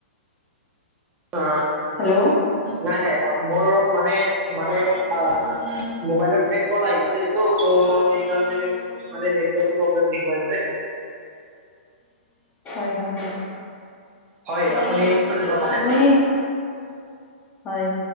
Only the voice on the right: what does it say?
অ,
নাই-নাই। মোৰ মানে-মানে অ, মোবাইলত ব্লেগ কল আহিছে তো চ' সেইকাৰে মানে নেটৱৰ্ক প্ৰব্লেম দেখুৱাইছে।
হয় আপুনি সুধিব পাৰে